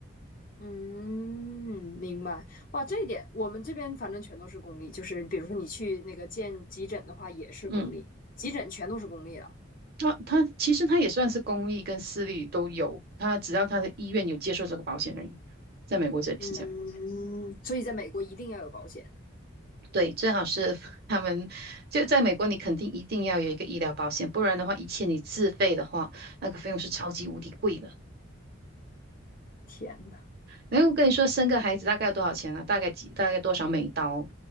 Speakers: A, on the left; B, on the right.
A: 嗯，明白。哇，这一点我们这边反正全都是公立，就是比如说你去那个见急诊的话，也是公立，
B: 嗯。
A: 急诊全都是公立了。
B: 它他其实他也算是公立跟私立都有，他只要他的医院有接受这个保险而已，在美国这里是这样。
A: 嗯，所以在美国一定要有保险。
B: 对，最好是 <laughs> 他们就在美国，你肯定一定要有一个医疗保险，不然的话，一切你自费的话，那个费用是超级无敌贵的。
A: 天呐！
B: 然后我跟你说，生个孩子大概要多少钱啊？大概几大概多少美刀？